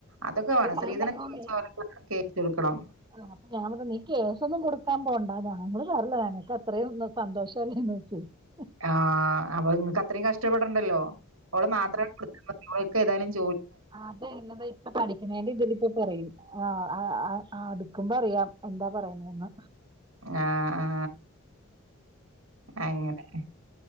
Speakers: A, on the right; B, on the right.
A: അതൊക്കെ വേണം
B: ഞാൻ
A: ശ്രീധനെ
B: പറഞ്ഞോന്നേ
A: <unintelligible> കേസെടുക്കണം.
B: ആ അപ്പ ഞാൻ പറഞ്ഞ് നീ കേസ് ഒന്നും കൊടുക്കാൻ പോണ്ട <unintelligible> നിങ്ങള് പറഞ്ഞില്ല ഞങ്ങക്ക് അത്രയും ഒന്നും സന്തോഷല്ലേന്ന് <unintelligible>
A: ആഹ് അപ്പോ നിങ്ങക്ക് അത്രയും കഷ്ടപ്പെടണ്ടല്ലോ ഓള് മാത്ര <unintelligible> ഏതായാലും ചെ
B: അത എന്നത ഇപ്പ പഠിക്കുന്നേന്റെ ഇതില് ഇപ്പ പറയും, ആ ആ ആ ആ ആ അടുക്കുമ്പോ അറിയാം എന്താ പറയണേന്ന്.
A: ആ ആ അങ്ങനെ